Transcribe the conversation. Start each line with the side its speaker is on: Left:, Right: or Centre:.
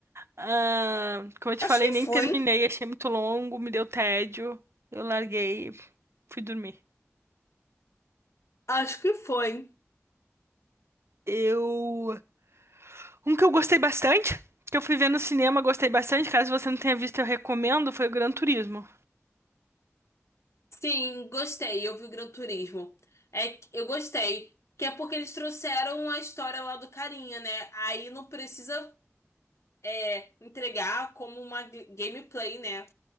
Right: Ah, como eu te
Left: Acho
Right: falei,
Left: que
Right: nem
Left: foi,
Right: terminei.
Left: hein?
Right: Achei muito longo, me deu tédio. Eu larguei, fui dormir.
Left: Acho que foi.
Right: Eu. Um que eu gostei bastante, que eu fui ver no cinema, gostei bastante. Caso você não tenha visto, eu recomendo, foi o Gran Turismo.
Left: Sim, gostei. Eu vi o Gran Turismo. É, que- eu gostei. Que é porque eles trouxeram a história lá do carinha, né? Aí não precisa. é, entregar como uma g- gameplay, né?